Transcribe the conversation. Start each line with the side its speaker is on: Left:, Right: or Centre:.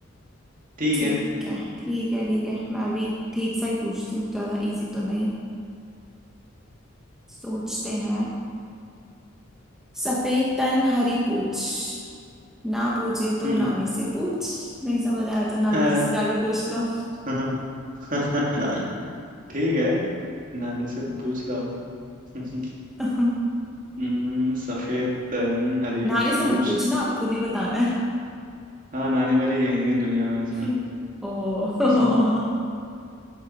Right: ठीक
Centre: ठीक
Right: है
Centre: है ठीक है ठीक है मैं भी ठीक सा ही पूछती हूँ ज्यादा इजी तो नहीं सोचते हैं सफेद तन हरी पूछ ना पूछे तो
Right: हम्म
Centre: नानी से पूछ नहीं समझ आया तो नानी
Right: अरे
Centre: जी से जाके पूछ लो
Right: यार। <laughs> ठीक है नानी से पूछता हूँ <laughs>
Centre: <laughs>
Right: हम्म सफेद तन हरी
Centre: नानी
Right: पूछ
Centre: से मत पूछना आप खुद ही बताना है
Right: हाँ नानी मेरी यही नहीं दुनिया में इसमें
Centre: <laughs> ओ
Right: <laughs>
Centre: <laughs>